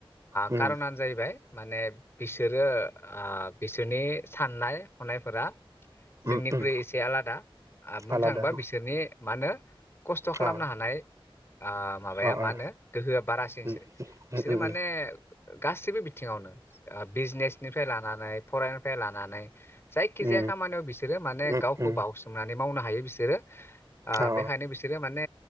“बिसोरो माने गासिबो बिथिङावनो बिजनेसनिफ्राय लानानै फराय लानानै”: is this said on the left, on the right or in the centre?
Left